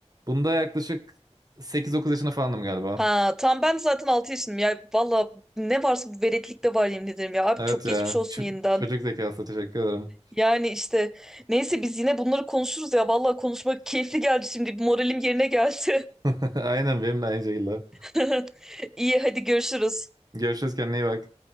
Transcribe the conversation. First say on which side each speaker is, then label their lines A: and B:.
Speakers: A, on the right (about 35°); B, in the centre.
A: Bunda yaklaşık sekiz dokuz yaşında falandım galiba.
B: Ha tam ben zaten 6 yaşındayım. Ya valla ne varsa bu veretlikte var yemin ederim ya. Abi
A: Evet
B: çok geçmiş
A: ya
B: olsun
A: ç-
B: yeniden.
A: çocuk zekası teşekkür ederim.
B: Yani işte neyse biz yine bunları konuşuruz ya. Valla konuşmak keyifli geldi şimdi. Moralim yerine geldi.
A: <laughs> Aynen benim de aynı şekilde.
B: <laughs> İyi hadi görüşürüz.
A: Görüşürüz kendine iyi bak.